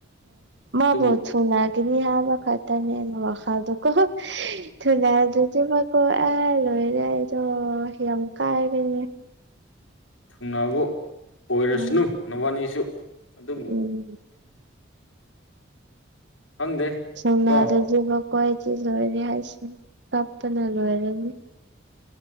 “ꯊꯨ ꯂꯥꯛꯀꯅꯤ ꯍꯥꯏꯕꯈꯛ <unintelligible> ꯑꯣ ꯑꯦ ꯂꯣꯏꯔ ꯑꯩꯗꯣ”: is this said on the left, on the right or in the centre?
Right